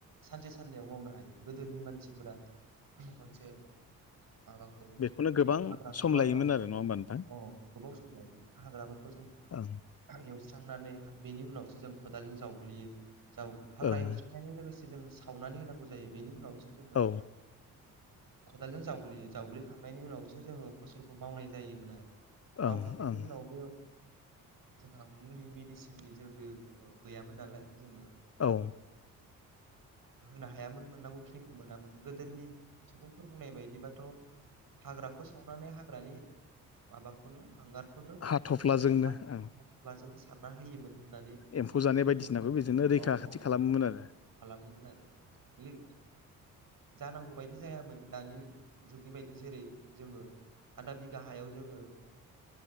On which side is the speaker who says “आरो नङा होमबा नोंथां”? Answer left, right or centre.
Left